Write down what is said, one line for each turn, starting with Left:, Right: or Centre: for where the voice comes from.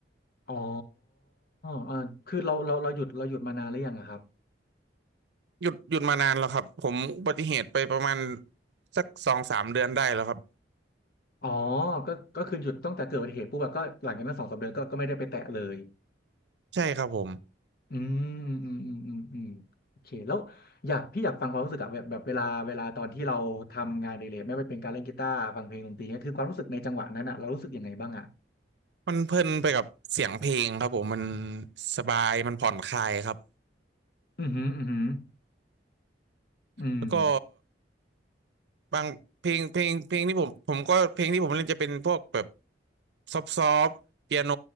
Left: อ๋อเออคือเราเราเราหยุดเราหยุดมานานหรือยังอะครับ
Right: หยุดหยุดมานานแล้วครับ ผมอุบัติเหตุไปประมาณสักสองสามเดือนได้แล้วครับ
Left: อ๋อ ก็ก็คือหยุดตั้งแต่เกิดอุบัติเหตุปุ๊บอะก็หลังจากนั้นสองสามเดือนก็ก็ไม่ได้ไปแตะเลย
Right: ใช่ครับผม
Left: อืมอืมอืมอืมอืมโอเคแล้วอยากพี่อยากฟังความรู้สึกอะแบบแบบเวลาเวลาตอนที่เราทำงานอดิเรกไม่ว่าเป็นการเล่นกีตาร์ฟังเพลงดนตรีเนี่ยคือความรู้สึกในจังหวะนั้นอะเรารู้สึกยังไงบ้างอะ
Right: มันเพลินไปกับเสียงเพลงครับผมมันสบายมันผ่อนคลายครับ
Left: อือหืออือหืออืม
Right: แล้วก็บางเพลงเพลงเพลงที่ผมผมก็เพลงที่ผมเล่นจะเป็นพวกแบบซอฟซอฟเปียโน